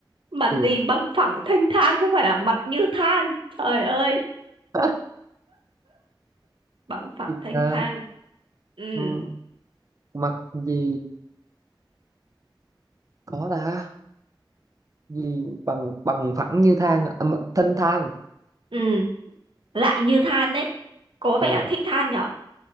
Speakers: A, on the right; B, on the right.
A: mặt
B: cường
A: gì bằng phẳng thanh thang chứ không phải là mặt như than trời ơi
B: <laughs>
A: bằng phẳng
B: gì
A: thanh
B: ta
A: thang ừ
B: Ừ, <laughs> mặt gì có ta gì bằng bằng phẳng như thang à? À, mà- thân thang
A: ừ lại như than đấy có
B: ờ
A: vẻ thích than nhở